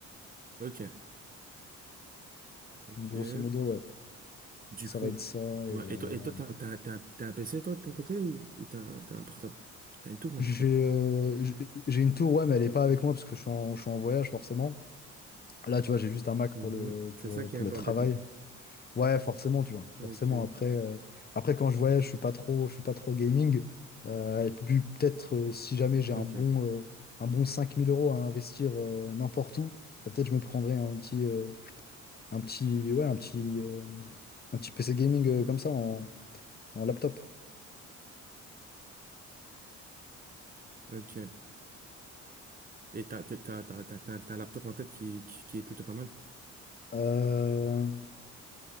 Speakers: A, on the right; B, on the left.
A: Ok, ok.
B: Donc, Grosso modo, ouais.
A: Du
B: Ça
A: coup,
B: va être ça. Et,
A: ouais.
B: euh,
A: Et toi, et toi, t'as t'as t'as t'as un PC toi de ton côté ou ou t'as un- t'as un portable, t'as une tour ou
B: J'ai
A: un portable?
B: euh, j'ai j'ai une tour, ouais, mais elle est pas avec moi parce que je suis en, je suis en voyage, forcément. Là, tu vois, j'ai juste un Mac
A: Mhm.
B: pour le,
A: C'est
B: pour,
A: ça qui
B: pour
A: est un
B: le
A: peu
B: travail.
A: embêtant.
B: Ouais, forcément, tu vois.
A: Ok,
B: Forcément, après, euh, après quand je voyage, je suis pas trop, je suis pas trop gaming. Euh, et puis, peut-être, euh, si jamais j'ai
A: ok,
B: un bon, euh, un bon 5000 euros à investir euh, n'importe où, bah, peut-être je me prendrais un petit, euh, un petit, ouais, un petit, euh, un petit PC gaming euh, comme ça en, en laptop.
A: ok. Et t'as t'as t'as t'as t'as t'as- t'as un laptop en tête qui qui, qui est plutôt pas mal.
B: Euh,